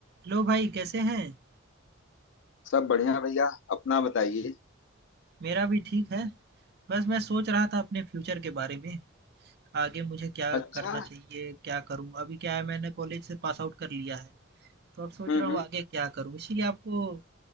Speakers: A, on the right; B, on the left.
A: Hello भाई कैसे हैं?
B: सब बढ़िया भैया अपना बताइए
A: मेरा भी ठीक है। बस मैं सोच रहा था अपने फ्यूचर के बारे में, आगे मुझे क्या
B: अच्छा
A: करना चाहिए, क्या करूं। अभी क्या है मैंने कॉलेज से पास आउट कर लिया है, तो अब सोच
B: हम्म
A: रहा हूँ
B: हम्म
A: आगे क्या करूं। इसीलिए आपको